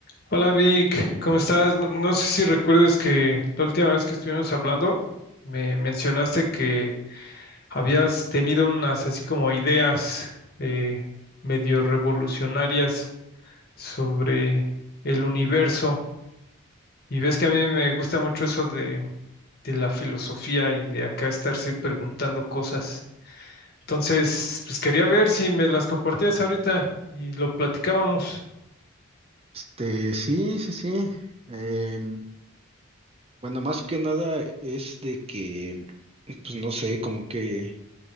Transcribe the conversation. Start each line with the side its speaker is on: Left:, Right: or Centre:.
Left: Hola Vic, ¿cómo estás? No, no sé si recuerdes que la última vez que estuvimos hablando me mencionaste que habías tenido unas así como ideas eh, medio revolucionarias sobre el universo y ves que a mí me gusta mucho eso de, de la filosofía y de acá estarse preguntando cosas. Entonces, pues quería ver si me las compartías ahorita y lo platicábamos.
Right: Este, sí, sí, sí. Em, bueno, más que nada es de que, pues no sé, como que